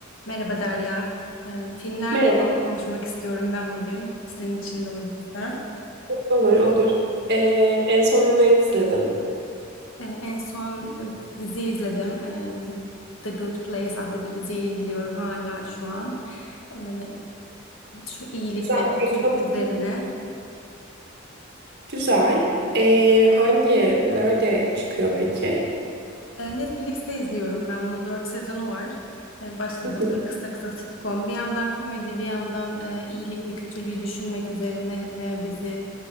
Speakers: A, on the left; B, on the right.
A: Merhaba Derya. Ee, filmlerle
B: Merhaba.
A: ilgili konuşmak istiyorum ben bugün. Senin için de uygunsa.
B: Olur, olur. Ee, en son ne izledin?
A: Ee, en son e, dizi izledim. Ee, The Good Place adlı bir diziyi izliyorum hala şu an. Ee, şu iyilik
B: Güzel.
A: ve kötülük
B: peki Konusu
A: üzerine.
B: ne? Güzel. Ee, hangi, nerede çıkıyor peki?
A: Ee, Netflix'te izliyorum ben bunu. Dört sezonu var. Ee, başladım
B: Hı hı.
A: böyle kısa kısa sitcom. Bir yandan komedi, bir yandan e, iyilik ve kötülüğü düşünmek üzerine e, bizi